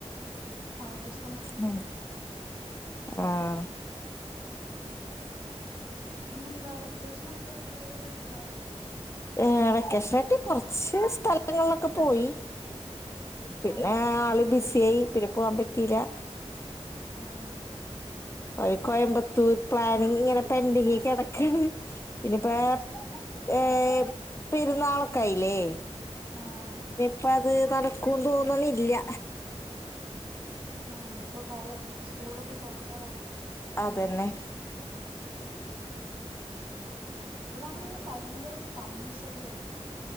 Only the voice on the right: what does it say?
ഓക്കിശ്
പിന്നെന്താ വെക്കേഷനൊക്കെ ആയിട്ട് എവിടെലൊക്കെ പോയാ
ആഹ്
ആഹ്
ആഹ്
ആ നിപ്പോ കോളേജ് സ്കൂളൊക്കെ തൊറക്കാറായില്ലെ
ഇവിടാണെങ്ങി ഭയങ്കര പന്നിശല്യാണ്